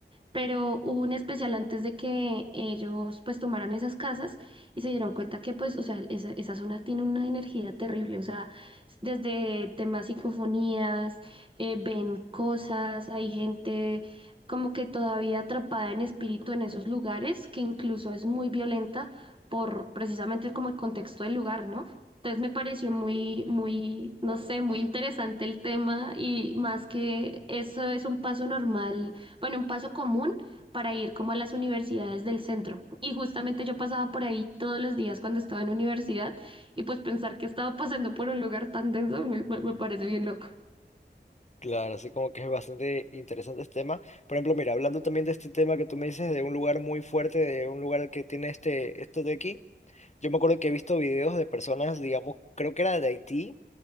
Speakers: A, on the right; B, on the left.
A: pero hubo un especial antes de que ellos pues tomaran esas casas y se dieron cuenta que pues, o sea, esa, esa zona tiene una energía terrible, o sea, desde temas psicofonías, eh, ven cosas, hay gente como que todavía atrapada en espíritu en esos lugares, que incluso es muy violenta por precisamente como el contexto del lugar, ¿no? Entonces me pareció muy, muy, no sé, muy interesante el tema y más que eso es un paso normal bueno, un paso común para ir como a las universidades del centro. Y justamente yo pasaba por ahí todos los días cuando estaba en universidad y pues pensar que estaba pasando por un lugar tan denso me, me me parece bien loco.
B: Claro, así como que es bastante interesante este tema. Por ejemplo, mira, hablando también de este tema que tú me dices de un lugar muy fuerte, de un lugar que tiene este, esto de aquí. Yo me acuerdo que he visto videos de personas, digamos, creo que era de Haití,